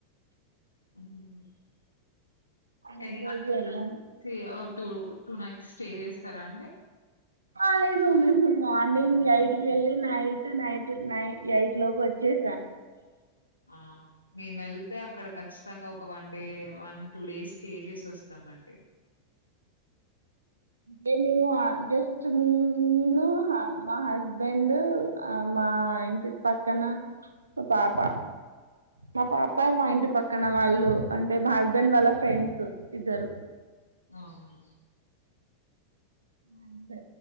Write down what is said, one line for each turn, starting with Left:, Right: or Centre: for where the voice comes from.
Left: ఉమ్
Right: సండే
Left: ఎన్ని
Right: రోజు
Left: అవర్స్
Right: వెళ్ళాము
Left: ఓ టూ టూ నైట్స్ స్టే చేస్తారా అండి
Right: ఆ లేదు ఉ మార్నింగ్ ఎయిట్కి వెళ్ళి నైట్ నైట్ నై ఎయిట్ లోపు వచ్చేసాం
Left: ఆ మేము వెళ్తే అక్కడ ఖచ్చితంగా ఒక one day one two days stay చేసి వస్తాం అండి
Right: అంటే మేము ఆడ జస్ట్ మీ నేను మా హస్బెండ్ మా ఇంటి పక్కన పాప మా పాప మా ఇంటి పక్క పక్కన వాళ్ళు అంటే మా హస్బెండ్ వాళ్ళ ఫ్రెండ్స్ ఇద్దరు
Left: అవును
Right: అంతే